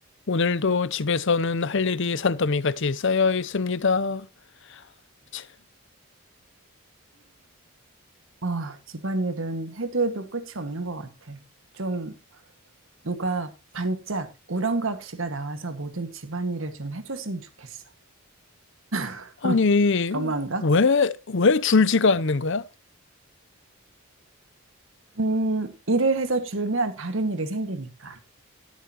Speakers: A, on the left; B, on the right.
A: 오늘도 집에서는 할 일이 산더미 같이 쌓여 있습니다. 치,
B: 아, 집안일은 해도 해도 끝이 없는 것 같아. 좀 누가 반짝 우렁각시가 나와서 모든 집안일을 좀 해줬으면 좋겠어. <laughs>
A: 아니,
B: 너무한가?
A: 왜, 왜 줄지가 않는 거야?
B: 음, 일을 해서 줄면 다른 일이 생기니까.